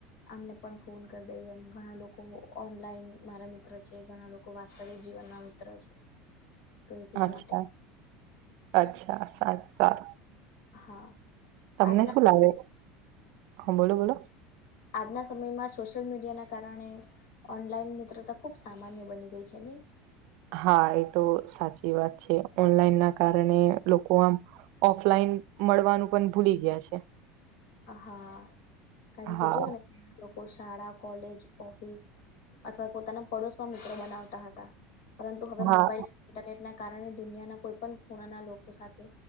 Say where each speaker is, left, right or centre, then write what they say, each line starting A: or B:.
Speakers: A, on the left; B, on the right.
A: અમને પણ ફોન કરી દઈએમ ઘણા લોકો ઓનલાઈન મારા મિત્ર છે ઘણા લોકો વાસ્તવિક જીવનમાં મિત્ર છે તો એટલા
B: અચ્છા
A: માટે
B: અચ્છા સાચ સારું
A: હા
B: તમને
A: આજના
B: શું લાવે હા બોલો બોલો
A: આજના સમયમાં સોશિયલ મીડિયાના કારણે ઓનલાઈન મિત્રતા ખુબ સામાન્ય બની ગઈ છે નહી
B: હા એ તો સાચી વાત છે ઓનલાઈન ના કારણે લોકો આમ ઓફલાઈન મળવાનું પણ ભૂલી ગયા છે
A: હા કારણ
B: હા
A: કે જુઓને લોકો શાળા કોલેજ ઓફિસ અથવા પોતાના પડોશમાં મિત્રો બનાવતા હતા પરંતુ હવે
B: હા
A: મોબાઈલ ઇન્ટરનેટના કારણે દુનિયાના કોઈ પણ ખૂણાના લોકો સાથે